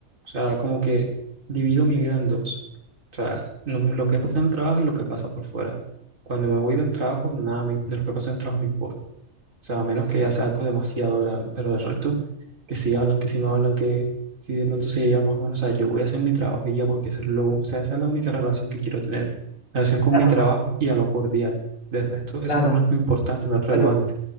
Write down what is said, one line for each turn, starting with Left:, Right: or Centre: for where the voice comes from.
Right: sea, como que divido mi vida en dos, o sea, no- lo que pasa en el trabajo y lo que pasa por fuera. Cuando me voy del trabajo, nada me- de lo que pasa en el trabajo me importa. O sea, a menos que ya sea algo demasiado grave, pero el resto, que si hablan, que si no hablan, que si de pronto se lleva más o menos, o sea, yo voy a hacer mi trabajo y ya, porque eso es lo, o sea, esa es la única relación que quiero tener, relación con
Left: Claro,
Right: mi trabajo y a lo cordial. Del resto,
Left: claro,
Right: eso no es importante, no es relevante.
Left: pero